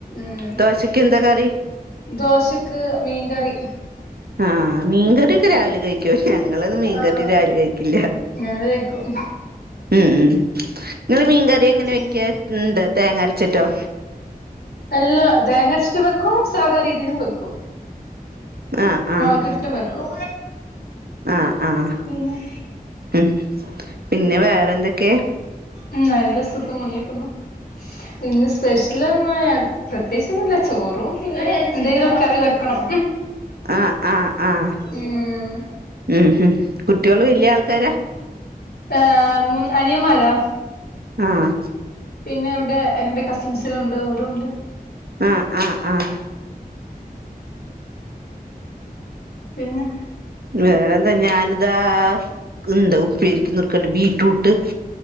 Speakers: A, on the left; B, on the right.
A: ഈഹ്.
B: ദോശക്ക് എന്താ കറി
A: ദോശക്ക് മീൻകറി.
B: ആഹ് മീൻകറിയൊക്കെ രാവിലെ കഴിക്കുവോ? ഞങ്ങളൊന്നും മീൻകറി
A: ആഹ്
B: രാവിലെ കഴിക്കില്ല.
A: ഞങ്ങള് കഴിക്കും
B: ഉം ഉം. നിങ്ങൾ മീൻകറി എങ്ങനെയാ
A: പിന്നെ
B: വെയ്ക്കാ? എന്ത തേങ്ങ അരച്ചിട്ടോ?
A: എല്ലാ. തേങ്ങ അരച്ചിട്ടും വെക്കും സാധാ രീതിലും വെക്കും.
B: ആഹ് ആഹ്
A: മൊളകിട്ടിട്ടും വെക്കും.
B: ആഹ് ആഹ്.
A: പിന്നെ?
B: ഉം പിന്നെ വേറെന്തൊക്കെയാ?
A: ഉം നല്ല സുഖം, അങ്ങിനെ പോന്നു. ഇന്ന് സ്പെഷ്യലൊന്നു പ്രത്യേകിച്ചൊന്നുല്ല. ചോറും പിന്നെ എന്തെങ്കിലും ഒരു കറി വെക്കണം.
B: ആഹ് ആഹ് ആഹ്.
A: ഉം
B: ഊഹും. കുട്ട്യോള് വല്യ ആൾക്കാരാ?
A: ഏഹ് മൂന്ന് അനിയന്മാരാ.
B: ആഹ്
A: പിന്നെ ഇവിടെ എന്റെ കസിൻസിലുണ്ട് ഓരു ഇണ്ട്.
B: ആഹ് ആഹ് ആഹ്.
A: പിന്നെ?
B: വേറെന്താ. ഞാനിതാ എന്താ ഉപ്പേരിക്കുന്നർക്ക ബീ റ്റ്രൂട്ട്